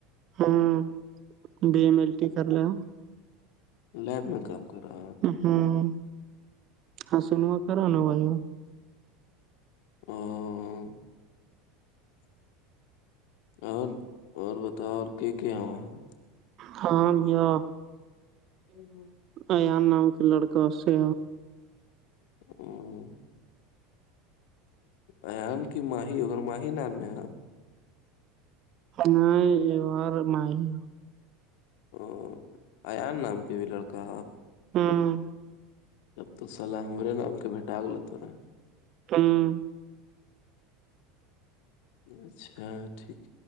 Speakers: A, on the right (about 45°); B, on the left (about 60°).
A: ہاں بی ایم ایل ٹی کر لو
B: لیب میں کام کرا
A: ہمم ہاں سنوا کرا بھائی
B: ہاں اور اور بتاؤ اور کیا کیا ہے وہاں
A: ہاں بھیا
B: وہاں
A: ایان نام کے لڑکا سے
B: <unintelligible> ایان کی ماہی اگر ماہی نان میں ہاں
A: نائ یہار ماہی
B: او ایان نام کے بھی لڑکا
A: ہوں
B: تو صلاح ہمارے نام کے بٹا گ ل ت رہا
A: <unintelligible>
B: اچھا ٹھیک